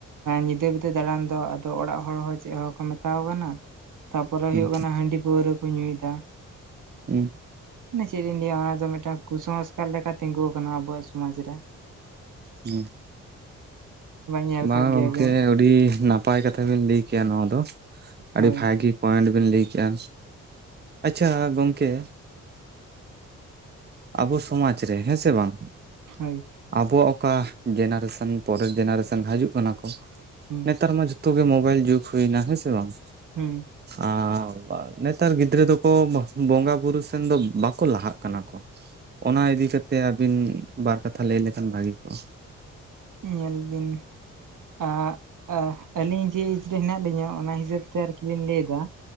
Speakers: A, on the right (about 60°); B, on the right (about 30°).
A: ᱧᱤᱫᱟᱹ ᱵᱤᱫᱟᱹ ᱫᱟᱬᱟᱱ ᱫᱚ ᱟᱫᱚ ᱚᱲᱟᱜ ᱦᱚᱲ ᱪᱮᱫ ᱦᱚᱸ ᱵᱟᱠᱚ ᱢᱮᱛᱟᱠᱚ ᱠᱟᱱᱟ, ᱛᱟᱨᱯᱚᱨᱮ
B: ᱦᱩᱸ
A: ᱦᱩᱭᱩᱜ ᱠᱟᱱᱟ ᱦᱟᱺᱰᱤ ᱯᱟᱹᱣᱨᱟᱹ ᱠᱚ ᱧᱩᱭᱫᱟ।
B: ᱦᱩᱸ᱾
A: ᱢᱟᱱᱮ ᱪᱮᱫ ᱤᱧ ᱞᱟᱹᱭᱟ ᱚᱱᱟ ᱫᱚ ᱢᱤᱫᱴᱟᱝ ᱠᱩᱥᱚᱝᱥᱠᱟᱨ ᱞᱮᱠᱟ ᱛᱤᱸᱜᱩ ᱟᱠᱟᱱᱟ ᱟᱵᱚᱣᱟᱜ ᱥᱚᱢᱟᱡ ᱨᱮ।
B: ᱦᱩᱸ᱾
A: ᱧᱮᱞ
B: ᱵᱟᱝ
A: ᱠᱟᱜ ᱜᱮᱭᱟᱵᱤᱱ
B: ᱜᱚᱝᱠᱮ ᱩᱰᱤ ᱱᱟᱯᱟᱭ ᱠᱟᱛᱷᱟ ᱵᱤᱱ ᱞᱟᱹᱭ ᱠᱮᱭᱟ ᱱᱚᱣᱟ ᱫᱚ᱾
A: ᱦᱳᱭ
B: ᱟᱹᱰᱤ ᱵᱷᱟᱜᱤ ᱯᱚᱭᱮᱱᱴ ᱵᱤᱱ ᱞᱟᱹᱭ ᱠᱮᱜᱼᱟ᱾ ᱟᱪᱪᱷᱟ ᱜᱚᱝᱠᱮ ᱟᱵᱚ ᱥᱚᱢᱟᱡ ᱨᱮ ᱦᱮᱸᱥᱮ ᱵᱟᱝ
A: ᱦᱳᱭ᱾
B: ᱟᱵᱚᱣᱟᱜ ᱚᱠᱟ ᱡᱮᱱᱟᱨᱮᱥᱚᱱ ᱯᱚᱨᱮᱨ ᱡᱮᱱᱟᱨᱮᱥᱚᱱ ᱦᱟᱡᱩᱜ ᱠᱟᱱᱟ ᱠᱚ᱾
A: ᱦᱩᱸ
B: ᱱᱮᱛᱟᱨ ᱢᱟ ᱡᱷᱚ ᱛᱚ ᱜᱮ ᱢᱳᱵᱟᱭᱤᱞ ᱡᱩᱜ ᱦᱩᱭᱱᱟ ᱦᱮᱸᱥᱮ ᱵᱟᱝ?
A: ᱦᱩᱸ
B: ᱟᱸ ᱱᱮᱛᱟᱨ ᱜᱤᱫᱽᱨᱟᱹ ᱫᱚᱠᱚ ᱵᱚᱸᱜᱟ ᱵᱩᱨᱩ ᱥᱮᱱ ᱫᱚ ᱵᱟᱠᱚ ᱞᱟᱦᱟᱜ ᱠᱟᱱᱟ ᱠᱚ।
A: ᱦ <inaudible>
B: ᱚᱱᱟ ᱤᱫᱤ ᱠᱟᱛᱮ ᱟᱹᱵᱤᱱ ᱵᱟᱨ ᱠᱟᱛᱷᱟ ᱞᱟᱹᱭ ᱞᱮᱠᱷᱟᱱ ᱵᱷᱟᱹᱜᱤ ᱠᱚᱜᱼᱟ।
A: ᱧᱮᱞ ᱵᱤᱱ ᱟᱜ ᱟ ᱟᱹᱞᱤᱧ ᱡᱮ ᱨᱮ ᱮᱡᱨᱮ ᱦᱮᱱᱟᱸᱜ ᱟᱹᱞᱤᱧ ᱦᱚᱸ ᱚᱱᱟ ᱦᱤᱥᱟᱹᱵ ᱛᱮ ᱟᱨᱠᱤ ᱞᱤᱧ ᱞᱟᱹᱭ ᱮᱫᱟ᱾